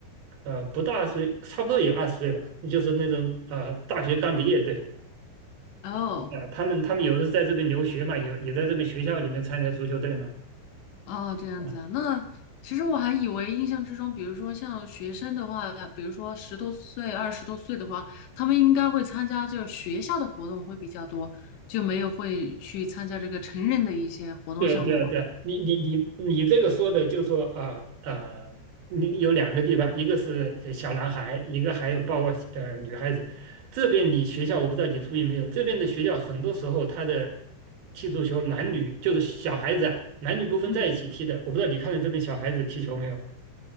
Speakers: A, on the right; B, on the left.
A: 呃，不到二十，差不多有二十岁吧，就是那种啊、大学刚毕业，对，
B: <laughs> 哦。
A: 啊、他们他们有的是在这边留学嘛，有也在这边学校里面参加足球队嘛，
B: 哦，这样子啊，
A: 啊。
B: 那其实我还以为印象之中，比如说像学生的话，比如说十多岁、二十多岁的话，他们应该会参加就是学校的活动会比较多，就没有会去参加这个成人的一些活动项目了
A: 对对对，你你你你这个说的就说呃呃，你有两个地方，一个是呃小男孩，一个还有包括呃女孩子。这边你学校我不知道你注意没有，这边的学校很多时候他的踢足球男女就是小孩子啊，男女不分在一起踢的。
B: 嗯，
A: 我不知道你看到这边小孩子踢球没有？